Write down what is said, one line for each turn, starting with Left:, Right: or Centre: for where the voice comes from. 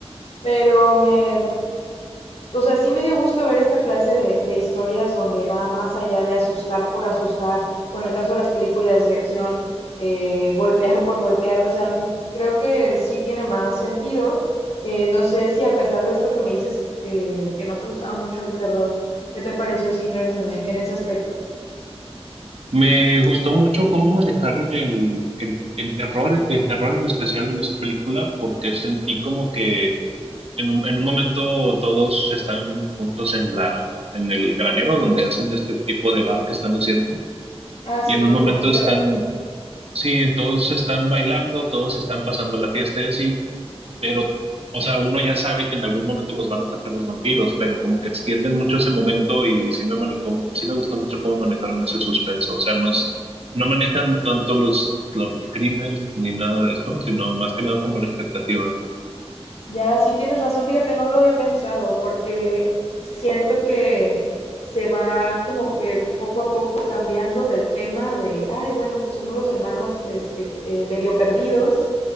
Left: pero me, o sea, sí me dio gusto ver esta clase de, de historias donde va más allá de asustar por asustar, o en el caso de las películas de acción, eh, golpear por golpear, o sea, m- creo que sí tiene más sentido. Eh, no sé si a pesar de esto que me dices, eh, que no te gustaba mucho el terror, ¿qué te pareció Sinners en, e- en ese aspecto?
Right: Me gustó mucho cómo manejaron el, el, el terror, el terror en especial en esa película, porque sentí como que en un, en un momento todos están juntos en la, en el granero donde hacen este tipo de bar que están haciendo.
Left: Ah, sí,
Right: Y en un
Left: el
Right: momento
Left: como el plot.
Right: están, Sí, todos están bailando, todos están pasando la fiesta y así, pero, o sea, uno ya sabe que en algún momento los van a atacar los vampiros, pero como que extienden mucho ese momento y sí me manejó, mu- sí me gustó mucho cómo manejaron ese suspenso, o sea, no es, no manejan tanto los, los screamers ni nada de esto, sino más que nada como la expectativa.
Left: Ya, sí tienes razón, fíjate, no lo había pensado porque siento que se va como que poco a poco cambiando del tema de, ay, bueno, pues somos los hermanos este, eh, medio perdidos